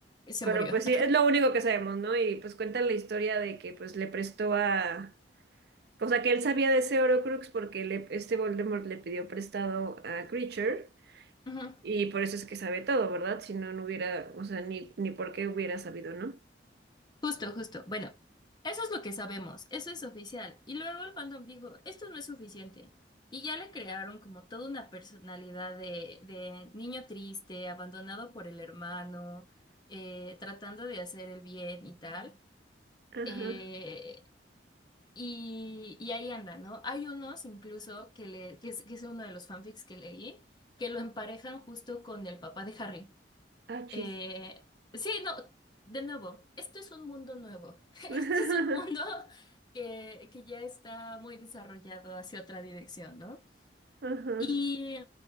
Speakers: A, on the left (about 25°); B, on the right (about 60°).
A: se
B: Pero
A: murió.
B: pues sí, es lo único que sabemos, ¿no? Y pues cuentan la historia de que pues le prestó a... O sea, que él sabía de ese Horcrux porque le- este Voldemort le pidió prestado a Creature
A: <laughs> Ujú.
B: y por eso es que sabe todo, ¿verdad? Si no, no hubiera, o sea, ni, ni por qué hubiera sabido, ¿no?
A: Justo, justo. Bueno, eso es lo que sabemos, eso es oficial. Y luego el fandom dijo, esto no es suficiente. Y ya le crearon como toda una personalidad de, de niño triste, abandonado por el hermano, eh, tratando de hacer el bien y tal.
B: Ajá.
A: Eh, y, y ahí anda, ¿no? Hay unos incluso que, le, que es, que es uno de los fanfics que leí, que lo emparejan justo con el papá de Harry.
B: Ah, chis.
A: Eh, sí, no, de nuevo, esto es un mundo nuevo. <laughs>
B: <laughs>
A: Este es un mundo que, que ya está muy desarrollado hacia otra dirección, ¿no?
B: Ajá.
A: Y,